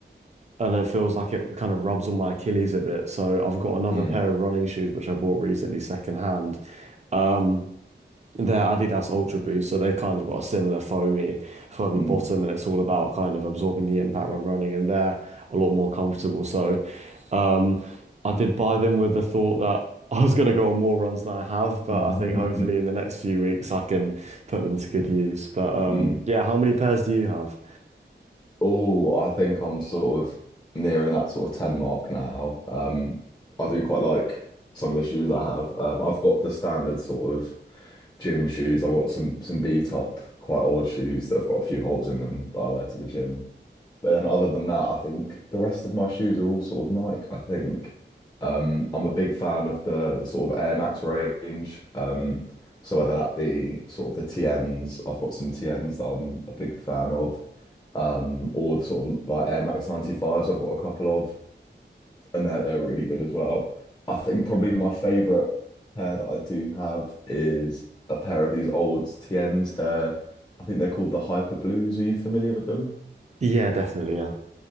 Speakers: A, on the right; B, on the left.
A: and it feels like it kind of rubs on my Achilles a bit. So I've got another
B: mm,
A: pair of running shoes which I bought recently secondhand. Um, they're Adidas Ultra Boost, so they've kind of got a similar foamy, foamy
B: mm,
A: bottom,
B: mm.
A: and it's all about kind of absorbing the impact when running, and they're a lot more comfortable. So, um, I did buy them with the thought that <laughs> I was going to go on more runs than I have, but
B: <laughs>
A: I think hopefully in the next few weeks I can put them to good use. But um,
B: Mm.
A: yeah, how many pairs do you have?
B: Oh, I think I'm sort of nearing that sort of 10 mark now. Um, I do quite like some of the shoes I have. Um, I've got the standard sort of gym shoes. I've got some some beat up, quite old shoes that have got a few holes in them that I wear to the gym. But then other than that, I think the rest of my shoes are all sort of Nike, I think. Um, I'm a big fan of the the sort of Air Max range. Um, so whether that be sort of the TNs, I've got some TNs that I'm a big fan of. Um, or the sort of like Air Max 95s I've got a couple of, and they're they're really good as well. I think probably my favorite pair that I do have is a pair of these old TNs. They're I think they're called the Hyper Blues. Are you familiar with them?
A: Yeah, definitely. Yeah,